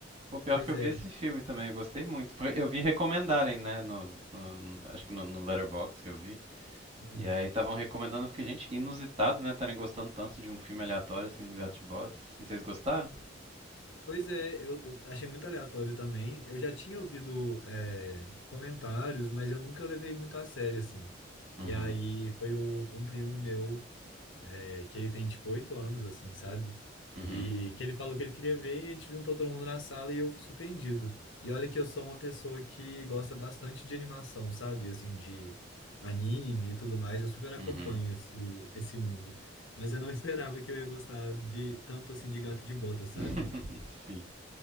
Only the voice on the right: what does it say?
O pior
que eu
vi esse filme também, eu gostei muito. Porque Eu vi recomendarem, né, no, no- acho que no, no Letterboxd que eu vi.
E aí estavam recomendando, eu fiquei, gente, que inusitado, né, estarem gostando tanto de um filme aleatório assim do Gato de Botas. E vocês gostaram?
Uhum,
uhum,
uhum.
<laughs> Sim.